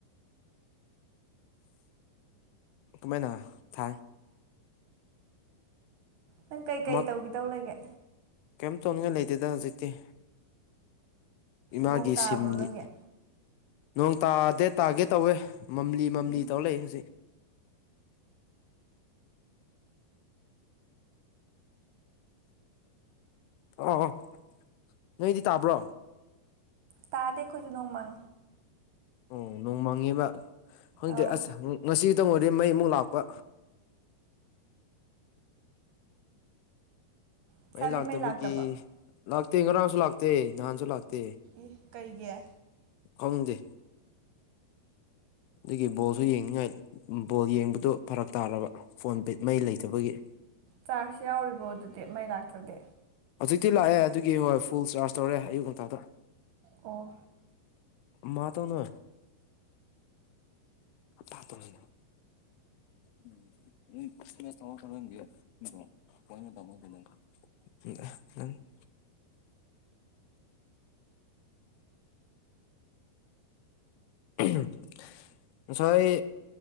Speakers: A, on the left; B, on the right.
A: ꯀꯃꯥꯏꯅ ꯊꯥꯏ
B: ꯅꯪ ꯀꯩꯀꯩ
A: ꯃꯛ
B: ꯇꯧꯒꯦꯗꯧ ꯂꯩꯒꯦ
A: ꯀꯩꯝ ꯇꯧꯅꯤꯡꯉꯥꯏ ꯂꯩꯇꯦꯗ ꯍꯧꯖꯤꯛꯇꯤ ꯏꯃꯥꯒꯤ
B: ꯅꯣꯡ ꯇꯥꯕ꯭ꯔꯣ
A: ꯁꯤꯝꯅꯤ
B: ꯅꯣꯏꯒꯤ
A: ꯅꯣꯡ ꯇꯥꯗꯦ ꯇꯥꯒꯦ ꯇꯧꯋꯦ ꯃꯝꯂꯤ ꯃꯝꯂꯤ
B: ꯎꯝ
A: ꯇꯧꯔ ꯂꯩꯏ ꯍꯧꯖꯤꯛ ꯑꯣ ꯅꯣꯏꯗꯤ ꯇꯥꯕ꯭ꯔꯣ
B: ꯇꯥꯗꯦ ꯈꯣꯏꯁꯨ ꯅꯣꯡ ꯃꯪ
A: ꯑꯣ ꯅꯣꯡꯃꯪꯉꯦꯕ ꯈꯪꯗ‌ꯦ
B: ꯑꯧ
A: ꯑꯁ ꯉꯁꯤ ꯈꯛꯇꯪ ꯑꯣꯏꯗꯤ ꯃꯩ ꯑꯃꯨꯛ ꯂꯥꯛꯄ
B: ꯉꯁꯥꯏꯗꯤ
A: ꯃꯩ ꯂꯥꯛꯇꯕꯒꯤ
B: ꯂꯥꯛꯇꯕ꯭ꯔꯣ
A: ꯂꯥꯛꯇꯦ ꯉꯔꯥꯡꯁꯨ ꯂꯥꯛꯇꯦ ꯅꯍꯥꯟꯁꯨ ꯂꯥꯛꯇꯦ
B: ꯏ ꯀꯩꯒꯤ
A: ꯈꯪꯗꯦ ꯑꯗꯨꯒꯤ ꯕꯣꯜꯁꯨ ꯌꯦꯡꯉꯥꯏ ꯕꯣꯜ ꯌꯦꯡꯕꯗ ꯐꯔꯛ ꯇꯥꯔꯕ ꯐꯣꯟ ꯃꯩ ꯂꯩꯇꯕꯒꯤ
B: ꯆꯥꯔꯁ ꯌꯥꯎꯔꯤꯕꯣ ꯑꯗꯨꯗꯤ ꯃꯩ ꯂꯥꯛꯇꯗꯤ
A: ꯍꯧꯖꯤꯛꯇꯤ ꯂꯥꯛꯑꯦ ꯑꯗꯨꯒꯤ ꯍꯣꯏ ꯐꯨꯜ ꯆꯥꯔꯖ ꯇꯧꯔꯦ ꯑꯌꯨꯛ ꯉꯇꯥꯗ
B: ꯑꯣ
A: ꯃꯥ ꯇꯧꯅ ꯇꯥ ꯇꯅ ꯎꯝ ꯎꯝ ꯆꯃꯦ ꯇꯃ ꯎ <inaudible> ꯉꯁꯥꯏ